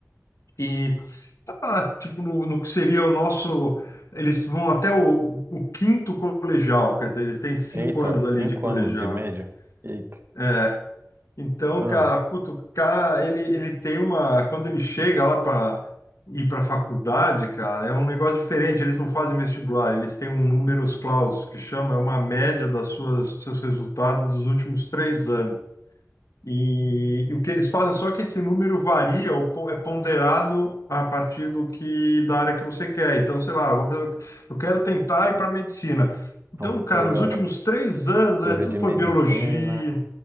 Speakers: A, on the left (about 85°); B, on the right (about 50°).
A: e tava, tipo, no, no que seria o nosso, eles vão até o, o quinto colegial, quer dizer, eles têm cinco
B: Eita,
A: anos
B: cinco
A: ali de colegial.
B: anos de média? Eita.
A: É, então,
B: Ah,
A: cara, puto, o cara, ele, ele tem uma. Quando ele chega lá para ir para a faculdade, cara, é um negócio diferente. Eles não fazem vestibular, eles têm um números clausus, que chama, é uma média das suas, dos seus resultados dos últimos três anos. E, e o que eles fazem, só que esse número varia, ou po- é ponderado a partir do que, da área que você quer. Então, sei lá, eu vou fazer, eu quero tentar ir para medicina.
B: então
A: Então, cara,
B: pega
A: nos últimos três anos,
B: coisa
A: é, tudo
B: de medicina,
A: foi biologia.